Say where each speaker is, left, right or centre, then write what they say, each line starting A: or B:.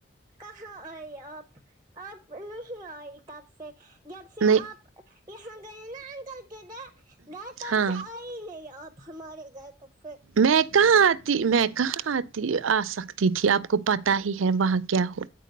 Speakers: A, on the right; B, on the right.
A: کہاں آئی آپ آپ نہیں آئی تب سے جب سے
B: نہیں
A: آپ یہاں گئے نا انکل کے گھر تب
B: ہاں
A: سے آے کہ آپ ہمارے گئے تو پھر
B: میں کہاں آتی میں کہاں آتی آ سکتی تھی آپ کو پتہ ہی ہے وہاں کیا ہو